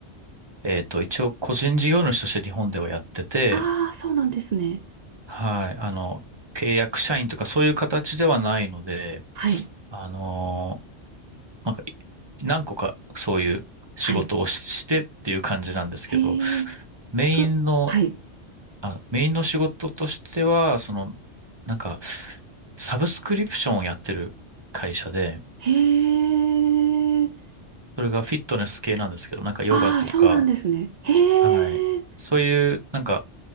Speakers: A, on the right; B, on the right.
A: えっと、一応個人事業主として日本ではやってて、
B: ああ、そうなんですね。
A: はい、あの、契約社員とかそういう形ではないので、
B: はい。
A: あのなんか、い何個かそういう仕事をし、
B: はい。
A: してっていう感じなんですけど、
B: へえ、
A: メインの、
B: ふ、はい。
A: あ、メインの仕事としては、その、なんか、サブスクリプションをやってる会社で、
B: へえ、
A: それがフィットネス系なんですけど、なんかヨガとか、
B: ああ、そうなんですね。へえ、
A: はい、そういう、なんか、